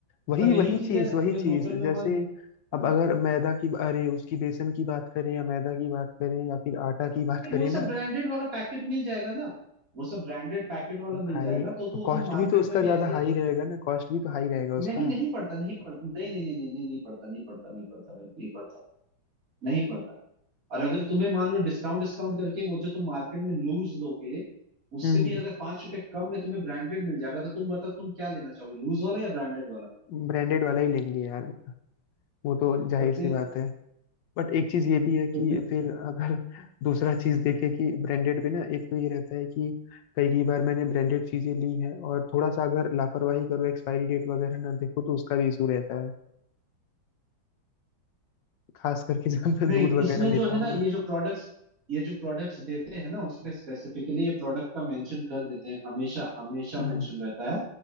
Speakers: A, on the left; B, on the right.
A: वही
B: पर यही
A: वही
B: चीज
A: चीज़
B: है
A: वही
B: तुम्हें लोकल
A: चीज़
B: में
A: जैसे
B: मन हाँ
A: अब अगर मैदा की अरे उसकी बेसन की बात करें या मैदा की बात करें या फिर आटा की बात
B: नहीं
A: करें
B: वो सब
A: ना
B: ब्रांडेड वाला पैकेट मिल जाएगा ना वो सब ब्रांडेड पैकेट वाला
A: भाई
B: मिल जाएगा तो
A: तो
B: तो
A: कॉस्ट
B: तुम मार्केट
A: भी तो उसका
B: में भी
A: ज़्यादा
B: ऐसे
A: हाई रहेगा ना कॉस्ट भी तो हाई रहेगा उसका
B: नहीं नहीं पढ़ता नहीं पढ़ता नहीं नहीं नहीं नहीं नहीं नहीं पढ़ता नहीं पढ़ता नहीं पढ़ता भाई नहीं पढ़ता नहीं पढ़ता और अगर तुम्हें मान लो डिस्काउंट डिस्काउंट करके वो जो तुम मार्केट में लूज लोगे उससे
A: हम्म
B: भी
A: हम्म।
B: अगर पांच रुपए कम में तुम्हें ब्रांडेड मिल जाएगा तो तुम बताओ तुम क्या लेना चाहोगे लूज वाला या ब्रांडेड वाला
A: ब्रांडेड वाला ही लेंगे यार वो तो
B: तो
A: जाहिर
B: फिर
A: सी बात है बट एक चीज ये भी है
B: तो
A: कि
B: फिर
A: फिर अगर <laughs> दूसरा चीज देखें कि ब्रांडेड पे ना एक तो ये रहता है कि कई कई बार मैंने ब्रांडेड चीजें ली हैं और थोड़ा सा अगर लापरवाही करो एक्सपायरी डेट वगैरह ना देखो तो उसका भी इशू रहता है खास करके जब मैं
B: नहीं
A: दूध
B: इसमें
A: वगैरह लेता
B: जो है
A: हूँ
B: ना ये
A: ना
B: जो प्रोडक्ट्स ये जो प्रोडक्ट्स देते हैं ना उसमें स्पेसिफिकली ये प्रोडक्ट का मेंशन कर देते हैं हमेशा हमेशा
A: हम्म,
B: मेंशन रहता है